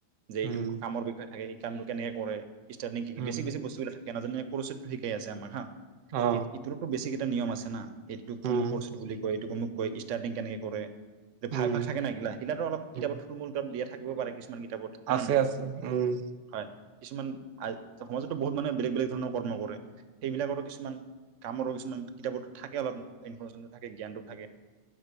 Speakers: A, on the right; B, on the right.
A: যে এইটো
B: উম
A: কামৰ বিষয়ে থাকে কামটো কেনেকৈ কৰে? ষ্টাৰ্টিং কি?
B: উম
A: বেছি - বেছি বস্তুবিলা <unintelligible> জনে কোৰোচেতটো শিকাই আছে আমাক হা।
B: অ
A: ই ইটোৰো টো বেছি এটা নিয়ম আছে না। এইটোক
B: উম
A: অমুক কৰচ বুলি কয়। এইটো অমুক কই ষ্টাৰ্টিং কেনেকে কৰে
B: উম
A: ভাগ- ভাগ থাকে না ইগিলা। সিলা ত' অলপ কিতাপত
B: উম
A: থুল-মূল কৈ দিয়া থাকে। থাকব পাৰে কিছু কিছুমান কিতাপত হয়
B: আছে
A: ন নহয়?
B: আছে উম
A: হয়। কিছুমান আ সমাজতো বহুত মানুহে বেলেগ বেলেগ ধৰণৰ কৰ্ম কৰে। সেইবিলাকৰো কিছুমান কামৰো কিছুমান কিতাপতো থাকে অলপ। ইনফৰৰ্মেশ্যনটো থাকে, জ্ঞানটো থাকে।